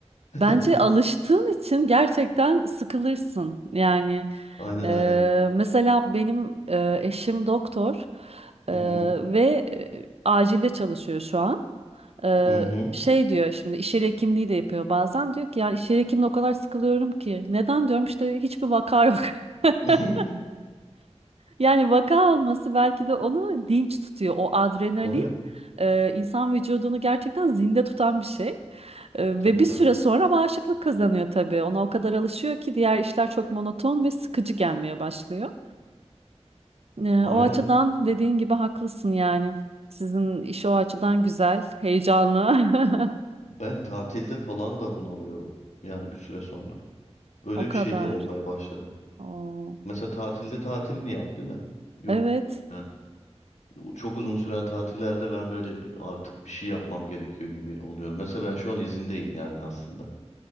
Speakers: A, on the left; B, on the right.
A: <laughs>
B: Bence alıştığın için gerçekten sıkılırsın. Yani
A: Aynen
B: e,
A: aynen.
B: mesela benim e, eşim doktor e,
A: Hı hı.
B: ve e, acilde çalışıyor şu an. E,
A: Hı hı.
B: şey diyor şimdi iş yeri hekimliği de yapıyor bazen diyor ki ya iş yeri hekimliği o kadar sıkılıyorum ki. Neden diyorum işte hiçbir vaka yok. <laughs>
A: <laughs>
B: Yani vaka olması belki de onu dinç tutuyor. O adrenalin
A: Tabii.
B: e, insan vücudunu gerçekten zinde tutan bir şey. E,
A: Tabii
B: ve bir
A: tabii.
B: süre sonra bağışıklık kazanıyor tabii. Ona o kadar alışıyor ki diğer işler çok monoton ve sıkıcı gelmeye başlıyor. E,
A: Aynen.
B: o açıdan dediğin gibi haklısın yani. Sizin iş o açıdan güzel, heyecanlı. <laughs>
A: Ben tatilde falan da bunalıyorum. Yani bir süre sonra. Öyle
B: O kadar.
A: bir şey de olmaya başladı.
B: Oo.
A: Mesela tatilde tatilini yap değil mi? Yok.
B: Evet.
A: Yani çok uzun süren tatillerde ben böyle bir- artık bir şey yapmam gerekiyor gibi oluyorum. Mesela ben şu an izindeyim yani aslında.